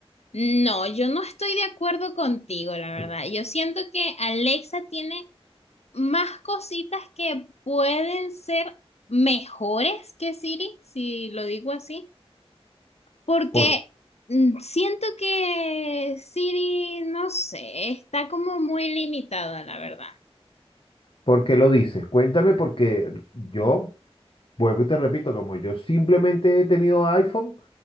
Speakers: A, on the left (about 85°); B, on the left (about 55°).
A: No, yo no estoy de acuerdo contigo, la verdad.
B: Eh,
A: Yo siento que Alexa tiene más cositas que pueden ser mejores que Siri, si lo digo así, porque
B: Por-
A: mm, siento que Siri, no sé, está como muy limitada, la verdad.
B: ¿Por qué lo dices? Cuéntame porque yo, vuelvo y te repito, como yo simplemente he tenido iPhone,